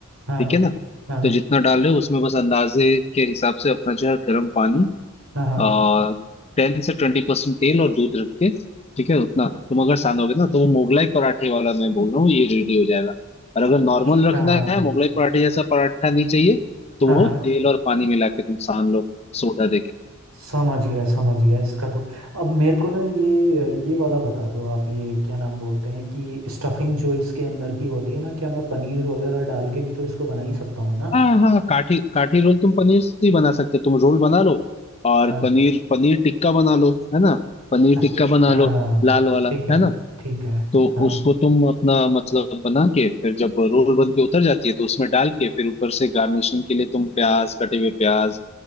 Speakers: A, on the right; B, on the left.
A: हाँ
B: ठीक है ना
A: हाँ
B: तो जितना डाल रहे हो उसमें बस अंदाजे के हिसाब से अपना जो है गर्म पानी
A: हाँ हाँ
B: आ, टेन से ट्वेंटी परसेंट तेल और दूध रख के ठीक है उतना तुम अगर सानोगे ना तो वो मोगलाई पराठे वाला मैं बोल रहा हूँ ये रेडी हो जाएगा और अगर नॉर्मल
A: अच्छा,
B: रखना
A: हाँ
B: है मोगलाई पराठे जैसा पराठा नहीं चाहिए तो
A: हाँ
B: वो
A: हाँ
B: तेल और पानी मिला के तुम सान लो सोडा दे के
A: समझ गया समझ गया इसका तो अब मेरे को ना ये ये वाला बता दो आप ये क्या नाम बोलते हैं कि स्टफिंग जो इसके अंदर की होती है ना क्या मैं पनीर वगैरह डाल के भी तो इसको बना ही सकता हूँ ना
B: हाँ हाँ काठी काठी रोल तुम पनीर से ही बना सकते हो तुम रोल बना लो और
A: हाँ
B: पनीर पनीर टिक्का बना लो है ना पनीर
A: अच्छा
B: टिक्का बना लो लाल वाला
A: ठीक है
B: है ना
A: ठीक है
B: तो
A: हाँ
B: उसको तुम अपना मतलब बना के फिर जब रोल बन के उतर जाती है तो उसमें डाल के फिर ऊपर से गार्निशिंग के लिए तुम प्याज कटे हुए प्याज